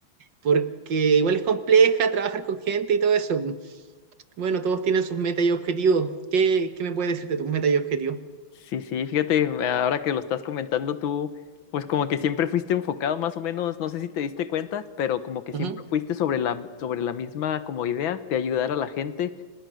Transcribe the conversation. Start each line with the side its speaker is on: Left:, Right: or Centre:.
Right: porque igual es compleja trabajar con gente y todo eso. Bueno, todos tienen sus metas y objetivos. ¿Qué, qué me puedes decir de tus metas y objetivos?
Left: sí, sí, fíjate, ahora que lo estás comentando tú, pues como que siempre fuiste enfocado más o menos, no sé si te diste cuenta, pero como que siempre
Right: Ujú.
Left: fuiste sobre la, sobre la misma como idea de ayudar a la gente